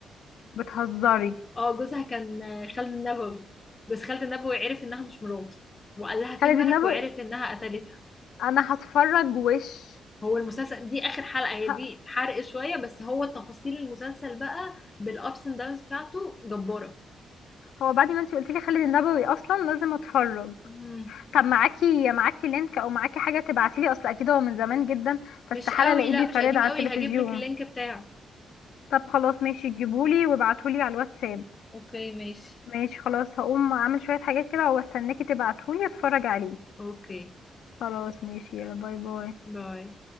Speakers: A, on the left; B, on the left.
A: بتهزري
B: اه جوزها كان خالد النبوي بس خالد النبوي عرف انها مش مراته وقال لها فين
A: خالد
B: مالك
A: النبوي
B: وعرف انها قتلتها
A: انا هتفرج وش
B: هو المسلسل دي اخر حلقة هي
A: ه-
B: دي حرق شوية بس هو تفاصيل المسلسل بقى بالابس اند داونز بتاعته جبارة
A: هو بعد ما انتي قلتلي خالد النبوي اصلا لازم اتفرج
B: مم.
A: طب معاكي معاكي لينك او معاكي حاجه تبعتيلي اصل اكيد هو من زمان جدا فاستحاله
B: مش قوي
A: الاقيه
B: لا
A: بيتعرض
B: مش قديم
A: على
B: قوي
A: التلفزيون
B: هجيب لك اللينك بتاعه
A: طب خلاص ماشي جيبولي وابعتولي على الواتساب
B: اوكي ماشي
A: ماشي خلاص هقوم اعمل شويه حاجات كده واستناكي تبعتولي اتفرج عليه
B: اوكي
A: خلاص ماشي يلا باي باي
B: باي